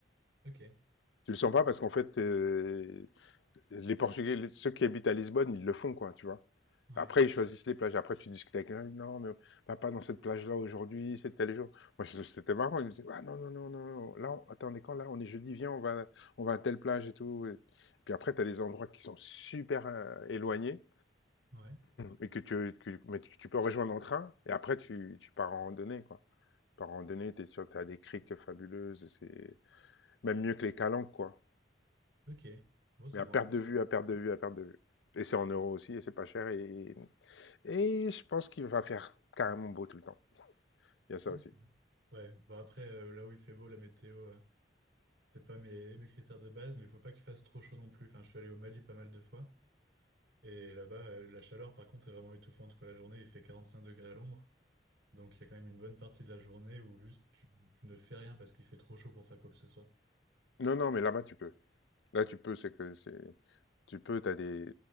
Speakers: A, on the right (about 70°); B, on the left (about 80°).
A: Ok,
B: Tu le sens pas parce qu'en fait, t'es- les Portugais, ceux qui habitent à Lisbonne, ils le font, quoi, tu vois.
A: ouais,
B: Après, ils choisissent les plages. Après, tu discutes avec quelqu'un, non, mais va pas dans cette plage-là aujourd'hui, c'est tel jour. Moi, c'était marrant. Ils me disaient, ah non, non, non, non, non. Là, on, attends, on est quand là On est jeudi, viens, on va, on va à telle plage et tout. Et puis après, tu as des endroits qui sont super euh, éloignés
A: ouais,
B: et que tu, que- mais tu, tu peux rejoindre en train. Et après, tu, tu pars en randonnée, quoi. Tu pars en randonnée, tu es sûr que tu as des criques fabuleuses. C'est même mieux que les calanques, quoi.
A: ok. Bon, c'est
B: Mais à
A: bon.
B: perte
A: à savoir.
B: de vue, à perte de vue, à perte de vue. Et c'est en euros aussi, et c'est pas cher. Et, et je pense qu'il va faire carrément beau tout le temps. Il y a ça
A: Ok.
B: aussi.
A: Ouais, bah après, euh, là où il fait beau, la météo, euh, c'est pas mes, mes critères de base, mais il faut pas qu'il fasse trop chaud non plus. Enfin, je suis allé au Mali pas mal de fois, et là-bas, euh, la chaleur, par contre, est vraiment étouffante, quoi. La journée, il fait 45 degrés à l'ombre, donc il y a quand même une bonne partie de la journée où juste tu, tu ne fais rien parce qu'il fait trop chaud pour faire quoi que ce soit.
B: Non, non, mais là-bas, tu peux. Là, tu peux, c'est que c'est... Tu peux, t'as des...